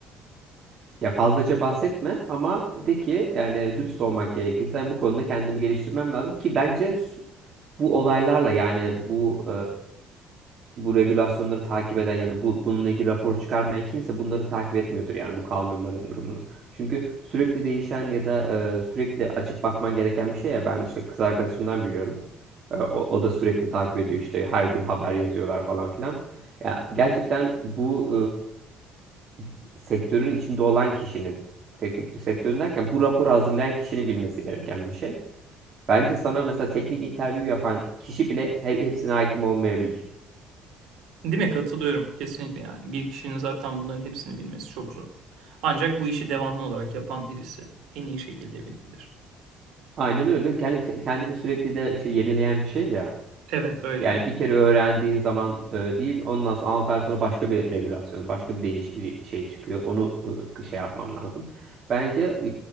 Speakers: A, on the right; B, on the right.
A: Ya fazlaca bahsetme ama de ki yani dürüst olmak gerekirse yani bu konuda kendimi geliştirmem lazım ki bence s- bu olaylarla yani bu bu regülasyonları takip eden ya da bu, bununla ilgili rapor çıkarmayan kimse bunları takip etmiyordur yani bu kanunların durumunu. Çünkü sürekli değişen ya da e, sürekli açıp bakman gereken bir şey ya ben işte kız arkadaşımdan biliyorum. E, o, o da sürekli takip ediyor işte her gün haber yazıyorlar falan filan. Ya gerçekten bu e, sektörün içinde olan kişinin sek- sektörün derken bu raporu hazırlayan kişinin bilmesi gereken bir şey. Bence sana mesela teknik interview yapan kişi bile he- hepsine hakim olmayabilir.
B: Değil mi? Katılıyorum. Kesinlikle yani. Bir kişinin zaten bunların hepsini bilmesi çok zor. Ancak bu işi devamlı olarak yapan birisi en iyi şekilde bilebilir.
A: Aynen öyle ve kendi kendini sürekli de şey, yenileyen bir şey ya.
B: Evet öyle.
A: Yani bir kere öğrendiğin zaman e, değil, ondan sonra 6 ay sonra başka bir regülasyon, başka bir değiş şey çıkıyor. Onu e, şey yapmam lazım. Bence